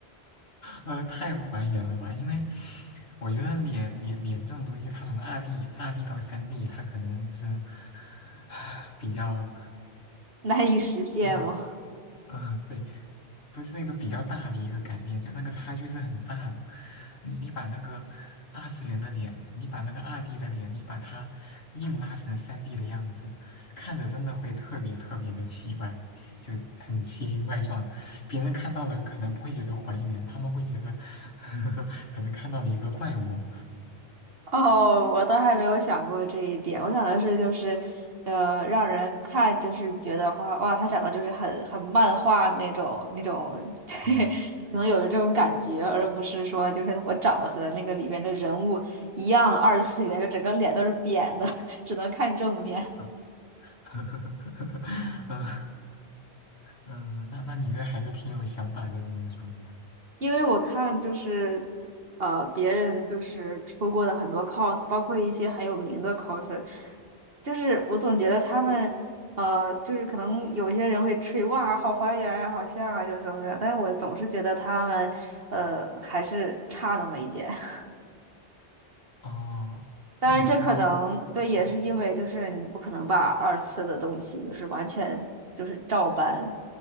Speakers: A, on the left (about 65°); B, on the right (about 60°).
A: 呃，太还原了吧？因为我觉得脸脸脸这种东西，它从二 D 二 D 到三 D，它可能是 <sighs> 比较
B: <laughs> 难以实现吗？
A: 是一个，嗯、对，不是一个比较大的一个改变，就那个差距是很大的。你你把那个二次元的脸，你把那个二 D 的脸，你把它硬拉成三 D 的样子，看着真的会特别特别的奇怪，就很奇形怪状。别人看到了可能不会觉得还原，他们会觉得 <laughs> 可能看到了一个怪物。
B: <laughs> 哦，我倒还没有想过这一点。我想的是，就是，呃，让人看就是觉得哇哇，他长得就是很很漫画那种那种，<laughs> 对，
A: 嗯，
B: 可能有这种感觉，而不是说就是我长得和那个里边的人物一样二次元，就整个脸都是扁的，<laughs> 只能看正面。
A: 嗯 <laughs> 嗯，嗯那那你这还是挺有想法的，只能说。
B: 因为我看就是，呃，别人就是出过的很多 cos，包括一些很有名的 coser，就是我总觉得他们，呃，就是可能有些人会吹哇，好还原呀，好像啊，就是怎么怎么样，但是我总是觉得他们，呃，还是差那么一点。<laughs>
A: 哦，
B: 当然，
A: 那你平时就。
B: 这可能对，也是因为就是你不可能把二次的东西就是完全就是照搬
A: 嗯